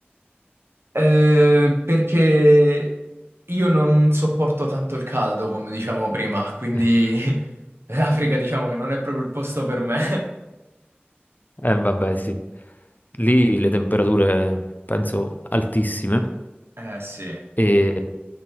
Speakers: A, on the right; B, on the left.
A: eh, perché io non sopporto tanto il caldo, come diciamo prima, quindi
B: <laughs>
A: <laughs> l'Africa diciamo che non è proprio il posto per me.
B: Eh vabbè, sì, lì le temperature penso altissime,
A: Eh sì.
B: e